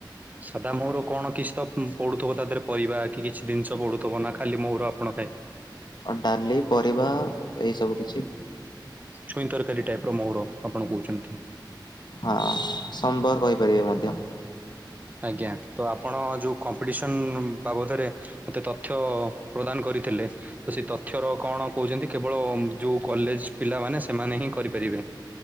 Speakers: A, on the right; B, on the left.
A: ସାଧା ମହୁର କଣ କିଛି ତ ପଡୁଥିବ ତା ଦେହରେ ପରିବା କିଛି ଜିନିଷ ପଡୁ ତ ବନା ଖାଲି ମହୁର ଆପଣ ଖାଇ
B: ଡାଲି ପରିବା ଏଇ ସବୁ କିଛି।
A: ଛୁଇଁ ତରକାରୀ ଟାଇପର ମହୁର ଆପଣ କହୁଛନ୍ତି।
B: ହଁ ସମ୍ବର କହିପାରିବେ ମଧ୍ୟ।
A: ଆଜ୍ଞା ତ ଆପଣ ଯୋଉ କମ୍ପିଟିସନ ବାବଦରେ ମୋତେ ତଥ୍ୟ ପ୍ରଦାନ କରିଥିଲେ। ତ ସେ ତଥ୍ୟର କଣ କହୁଛନ୍ତି କେବଳ ଯୋଉ କଲେଜ ପିଲାମାନେ ସେମାନେ ହିଁ କରିପାରିବେ।